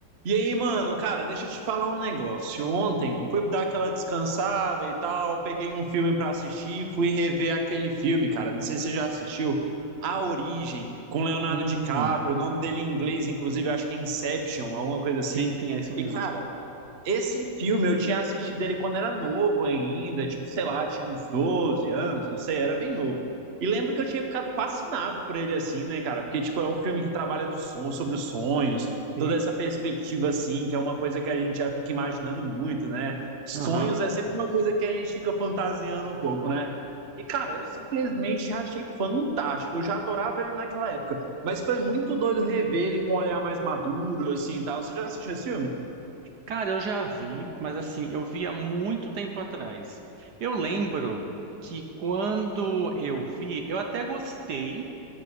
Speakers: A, on the right; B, on the right.
A: E aí, mano, cara, deixa eu te falar um negócio. Ontem fui dar aquela descansada e tal, peguei um filme pra assistir, fui rever aquele filme, cara. Não sei se você já assistiu, A Origem, com Leonardo
B: Hum,
A: DiCaprio. O nome dele em inglês, inclusive, acho que é Inception, alguma coisa assim.
B: sim, sim, é isso mesmo.
A: E, cara, esse filme eu tinha assistido ele quando era novo ainda, tipo, sei lá, tinha uns 12 anos, não sei, era bem novo. E lembro que eu tinha ficado fascinado por ele assim, né, cara? Porque, tipo, é um filme que trabalha do son- sobre os sonhos,
B: Sim.
A: toda essa perspectiva assim, que é uma coisa que a gente já fica imaginando muito, né? Sonhos
B: Aham.
A: é sempre uma coisa que a gente fica fantasiando um pouco, né? E, cara, eu simplesmente achei fantástico. Eu já adorava ele naquela época. Mas foi muito doido rever ele com um olhar mais maduro, assim e tal. Você já assistiu esse filme?
B: Cara, eu já vi, mas assim, eu vi há muito tempo atrás. Eu lembro que quando eu vi, eu até gostei,